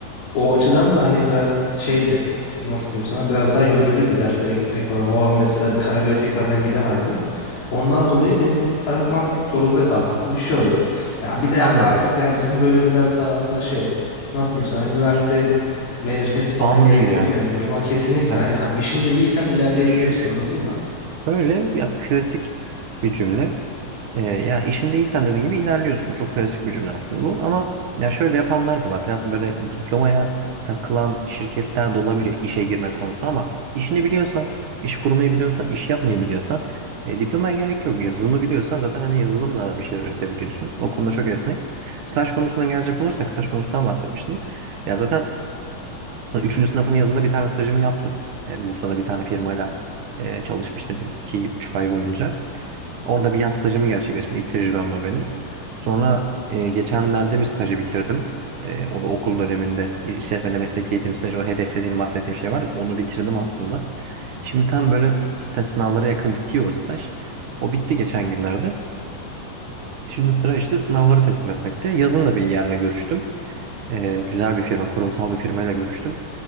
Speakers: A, on the left; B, on the right.
A: O açıdan da hani biraz şeydi. Nasıl diyeyim sana biraz daha yorucuydu derslere gitmek falan. O an mesela Karabük'e tekrardan gidemezdim. Ondan dolayı benim bırakmam zorunda kaldım gibi bir şey oldu. Ya bir de
B: Anladım.
A: abi artık yani bizim bölüm biraz daha aslında şey nasıl diyeyim sana üniversite mezuniyeti falan
B: Bağımlı
A: gerektirmeyen
B: değil ya.
A: bölüm. Ha, kesinlikle
B: Evet.
A: aynen abi işinde iyiysen ilerleyebiliyorsun
B: Ya, şş.
A: anladın mı?
B: Böyle ya klasik bir cümle. Ee, ya işinde iyisen dediğin gibi ilerliyorsun. Çok klasik bir cümle aslında bu. Ama ya şöyle yapanlar da var. Biraz böyle diplomaya takılan şirketler de olabiliyor işe girme konusunda ama işini biliyorsan, iş kurmayı biliyorsan, iş yapmayı biliyorsan e, diplomaya gerek yok. Yazılımı biliyorsan zaten hani yazılımla bir şeyler üretebiliyorsun. O konuda çok esnek. Staj konusuna gelecek olursak staj konusundan bahsetmiştim. Ya zaten Üçüncü sınıfın yazında bir tane stajımı yaptım. E, Bursa'da bir tane firmayla e, çalışmıştım iki buçuk ay boyunca. Orada bir yaz stajımı gerçekleştirdim. İlk tecrübemdi o benim. Sonra e, geçenlerde bir stajı bitirdim. E, o da okul döneminde işletmede meslek eğitim stajı o hedeflediğim bahsettiğim şey var. ya, Onu bitirdim aslında. Şimdi tam böyle zaten sınavlara yakın bitiyor o staj. O bitti geçen günlerde. Şimdi sıra işte sınavları teslim etmekte. Yazın da bir yerle görüştüm. Ee, güzel bir firma, kurumsal bir firmayla görüştüm.